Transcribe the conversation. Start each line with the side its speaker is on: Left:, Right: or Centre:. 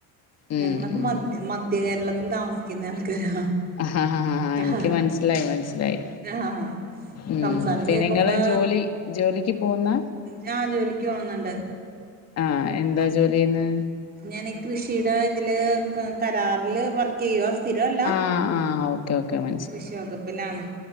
Left: ഉം
Right: ഞങ്ങളൊക്കെ
Left: ഉം.
Right: മധ്യ മധ്യ കേരളത്തിൽ താമസിക്കുന്ന ആൾക്കാരാ
Left: ആഹ് ഹാ
Right: ആഹ്
Left: എനിക്ക് മൻസ്സിലായി മൻസ്സിലായി
Right: ആഹ്
Left: ഉം
Right: സംസാരം
Left: പിന്നെ
Right: കേക്കുമ്പോ
Left: ഇങ്ങള് ജോലി ജോലിക്ക് പോവുന്ന
Right: ഞാ ജോലിക്ക് പോവുന്നോണ്ട്
Left: ആഹ് എന്താ ജോലിചെയ്യുന്നേ?
Right: ഞാനേ കൃഷിടെ ഇതില് കരാറില് വർക്ക് ചെയ്യുവാ സ്ഥിരവല്ല
Left: ആഹ് ആഹ് ഓക്കെ ഓക്കെ മ
Right: കൃഷി വകുപ്പിലാണ്